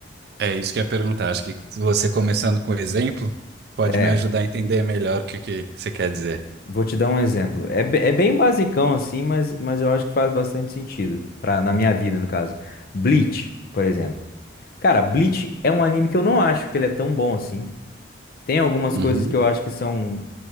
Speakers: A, on the right; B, on the left.
A: É isso que eu ia perguntar. Acho que você começando com o exemplo pode
B: É,
A: me ajudar a entender melhor o que que você quer dizer.
B: Vou te dar um exemplo. É, be- é bem basicão assim, mas, mas eu acho que faz bastante sentido pra, na minha vida, no caso. Bleach, por exemplo. Cara, Bleach é um anime que eu não acho que ele é tão bom assim. Tem algumas
A: Uhum.
B: coisas que eu acho que são